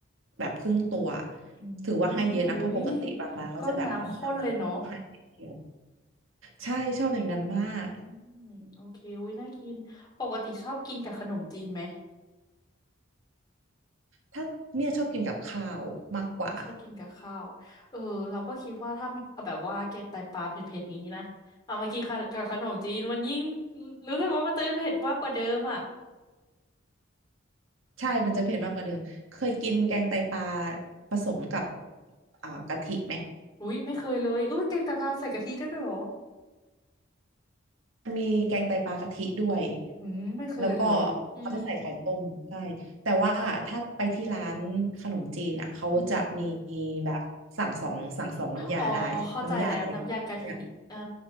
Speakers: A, on the right; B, on the left.
A: แบบครึ่งตัว
B: อื
A: ถือว่าให้เยอะนะเพราะปกติบางร้านเขาจะแบบค่อนข้างแบบให้นิดเดียว
B: มอุ้ยก็น้ำข้นเลยเนาะ
A: ใช่ชอบอย่างนั้นมาก
B: อืมโอเคอุ้ยน่ากินปกติชอบกินกับขนมจีนไหม
A: ถ้าเนี่ยชอบกินกับข้าวมากกว่า
B: อืมชอบกินกับข้าวเออเราก็คิดว่าถ้าแบบว่าแกงไตปลาเผ็ดๆนี้นะเอามากินกับขนมจีนมันยิ่งรู้สึกว่ามันจะเผ็ดมากกว่าเดิมอ่ะ
A: ใช่มันจะเผ็ดมากกว่าเดิมเคยกินแกงไตปลา
B: อืม
A: ผสมกับอ่ากะทิไหม
B: อุ้ยไม่เคยเลยอุ้ยแกงไตปลาใส่กะทิได้ด้วยเหรอ
A: มันมีแกงไตปลากะทิด้วย
B: อืมไม่เคยเลยอืม
A: แล้วก็เขาจะใส่ไข่ต้มใช่แต่ว่าถ้าไปที่ร้านขนมจีนอ่ะเขาจะมี
B: อืม
A: แบบสั่งสองสั่งสองน้ำยาได้น้ำยาไตปลาเนี่ย
B: อ๋อเข้าใจแล้วน้ำยากะทิอ่า